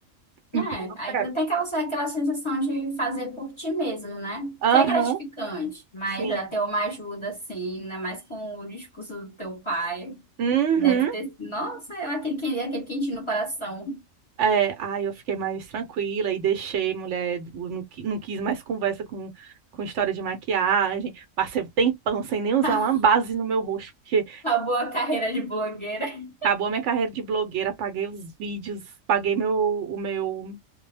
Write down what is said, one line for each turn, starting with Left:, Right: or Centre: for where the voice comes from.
Right: Então,
Left: É,
Right: eu não
Left: ainda
Right: quero.
Left: tem aquela, aquela sensação de fazer por ti mesmo, né?
Right: Aham,
Left: Que é gratificante, mas
Right: sim.
Left: até uma ajuda, assim, ainda mais com o discurso do teu pai.
Right: Uhum.
Left: Deve ter. sido, Nossa, eu- aquele, que- aquele quentinho no coração.
Right: É, aí eu fiquei mais tranquila e deixei, mulher, eu não, qui- não quis mais conversa com, com história de maquiagem. Passei um tempão sem nem usar
Left: <laughs>
Right: uma base no meu rosto, porque
Left: Acabou a carreira de blogueira. <laughs>
Right: acabou a minha carreira de blogueira, apaguei os vídeos, paguei meu, o meu